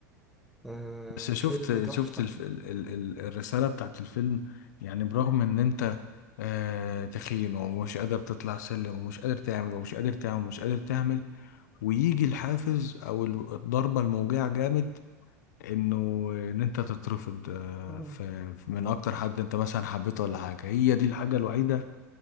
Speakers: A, in the centre; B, on the left.
A: آه
B: بس شفت
A: فيلم تحفة
B: شفت الف... ال... ال... ال- الرسالة بتاعت الفيلم يعني برغم ان انت آه تخين ومش قادر تطلع سلم ومش قادر تعمل ومش قادر تعمل ومش قادر تعمل ويجي الحافز او ال- الضربة الموجعة جامد انه ان انت تترفض آه،
A: آه.
B: في في- من اكتر حد انت مثلا حبيته ولا حاجة هي دي الحاجة الوحيدة